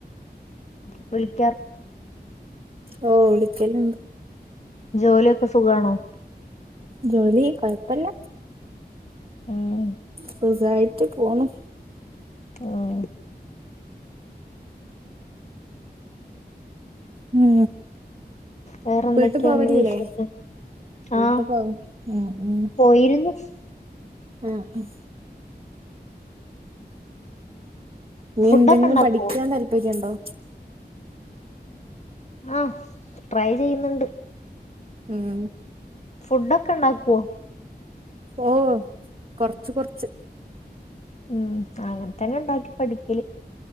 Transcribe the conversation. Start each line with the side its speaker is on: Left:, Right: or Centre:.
Left: <unintelligible>
Right: ഓ വിളിക്കല്ണ്ട്
Left: ജോലി ഒക്കെ സുഖാണോ
Right: ജോലി കൊഴപ്പല്ല
Left: ഉം
Right: സുഖായി ട്ട് പോണു
Left: ആഹ്
Right: മ്
Left: വേറെന്തൊക്കെയുണ്ട്
Right: വീട്ട് പോവലില്ലേ
Left: വിശേഷം
Right: വീട്ട്
Left: ആഹ്
Right: പോവാ മ് മ്
Left: പോയിരുന്നു
Right: ആഹ് ആഹ് ഞ്ഞി
Left: ഫുഡൊക്കെ
Right: എന്തെങ്കിലും
Left: ഉണ്ടാക്കുവോ
Right: പഠിക്ക്യാൻ താല്പര്യണ്ടോ
Left: ആഹ് ട്രൈ ചെയ്യ്ന്ന്ണ്ട്
Right: ഉം
Left: ഫുഡൊക്കെ ണ്ടാക്കോ
Right: ഓ കൊർച്ച് കൊർച്ച്
Left: മ് അങ്ങൻ തന്നെണ്ടാക്കി പഠിക്കല്